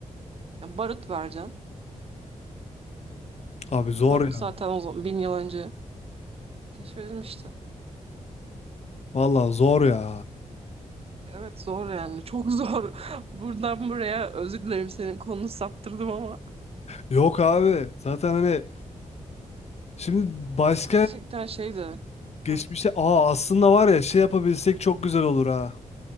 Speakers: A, on the right; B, on the left.
A: Yani barut vereceksin.
B: Abi zor
A: Ki barut
B: ya.
A: zaten o zaman bin yıl önce keşfedilmişti.
B: Valla zor ya.
A: Evet zor yani. Çok zor. <laughs> Buradan buraya özür dilerim senin konunu saptırdım ama
B: Yok abi. Zaten hani şimdi başka
A: gerçekten şeydi.
B: geçmişe
A: Heh,
B: aa aslında var ya şey yapabilsek çok güzel olur ha.